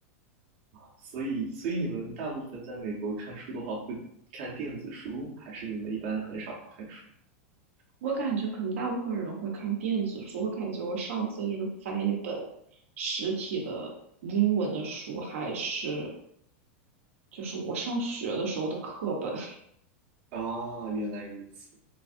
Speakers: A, on the right; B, on the right.
A: <laughs> 所以，所以你们大部分在美国看书的话，会看电子书，还是你们一般很少看书？
B: 我感觉可能大部分人会看电子书，我感觉我上次就是翻一本实体的英文的书，还是就是我上学的时候的课本。<laughs>
A: 啊，原来如此，